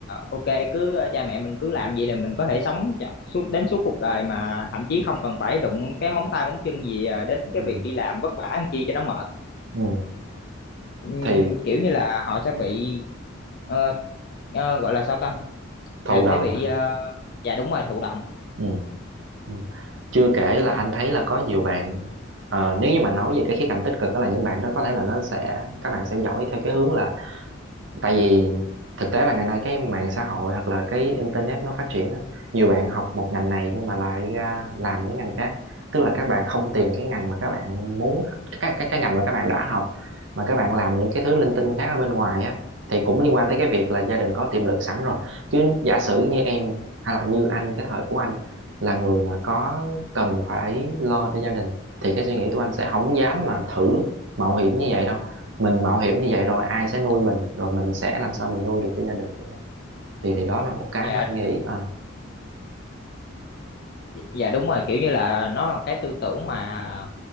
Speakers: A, on the left (about 50°); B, on the right (about 65°).
A: ok cứ ờ, cha mẹ mình cứ làm vậy là mình có thể sống cho- suốt đến suốt cuộc đời mà thậm chí không cần phải đụng cái móng tay móng chân gì à, đến cái
B: ừ.
A: việc đi làm vất vả ăn chi cho nó mệt
B: ừ.
A: Ừm,
B: thì
A: kiểu như là họ sẽ bị ờ, ờ, gọi là sao ta
B: thụ
A: sẽ
B: động
A: sẽ bị
B: ha
A: ờ, dạ đúng rồi thụ động
B: ừ Ừ. chưa kể là anh thấy là có nhiều bạn ờ, nếu như mà nói về cái khía cạnh tích cực đó là những bạn đó có thể là nó sẽ các bạn sẽ giỏi theo cái hướng là tại vì thực tế là ngày nay cái mạng xã hội hoặc là cái internet nó phát triển á, nhiều bạn học một ngành này nhưng mà lại ra làm những ngành khác tức là các bạn không tìm cái ngành mà các bạn muốn cái cái cái ngành mà các bạn đã học mà các bạn làm những cái thứ linh tinh khác ở bên ngoài á thì cũng liên quan tới cái việc là gia đình có tiềm lực sẵn rồi chứ giả sử như em hay là như anh cái thời của anh là người mà có cần phải lo cho gia đình thì cái suy nghĩ của anh sẽ không dám mà thử mạo hiểm như vậy đâu mình mạo hiểm như vậy rồi ai sẽ nuôi mình rồi mình sẽ làm sao mình nuôi được cho gia đình của mình thì thì đó là một cái
A: dạ
B: mà anh nghĩ à
A: dạ đúng rồi kiểu như là nó là cái tư tưởng mà